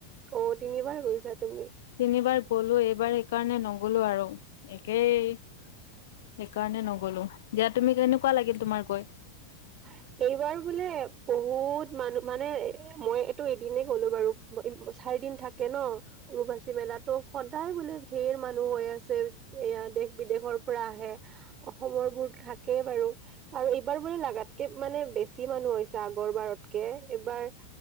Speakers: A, on the right (about 30°); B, on the left (about 55°).
A: অ' তিনিবাৰ গৈছা তুমি?
B: তিনিবাৰ গ'লো এইবাৰ সেইকাৰণে নগ'লো আৰু একেই সেইকাৰণে নগলো, দিয়া তুমি কেনেকুৱা লাগিল তোমাৰ গৈ
A: <unintelligible> এইবাৰ বোলে বহুত মানুহ মানে, মই এইটো এদিনেই গলো বাৰু দুদিন থাকে নহ, অম্বুবাচী মেলাততো সদায় বোলে ধেৰ মানুহ হৈ আছে। এয়া দেশ বিদেশৰ পৰা আহে, অসমৰবোৰ থাকেই বাৰু আৰু এইবাৰ বোলে লাগাত মানে বেছি মানুহ হৈছে আগৰ বাৰতকে, এইবাৰ